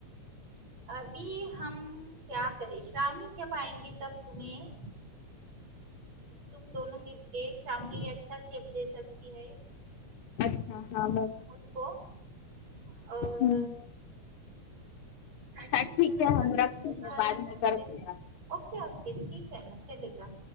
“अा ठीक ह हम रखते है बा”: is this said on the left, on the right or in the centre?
Left